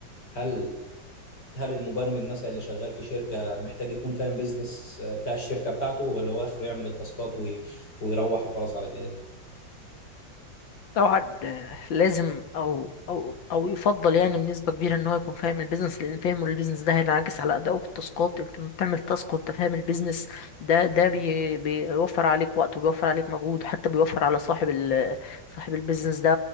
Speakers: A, on the left; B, on the left.
A: هل هل المبرمج مثلا اللي شغال في شركه محتاج يكون فاهم بيزنس بتاع الشركه بتاعته ولا هو اخره يعمل التاسكات وي- ويروح وخلاص على كده؟
B: طبعا آه، لازم او او او يفضل يعني بنسبه كبيره ان هو يكون فاهم البيزنس لان فهمه للبيزنس ده هينعكس على ادائه في التاسكات انت لما بتعمل تاسك وانت فاهم البيزنس ده ده بي بيوفر عليك وقت وبيوفر عليك مجهود وحتى بيوفر على صاحب ال صاحب البيزنس ده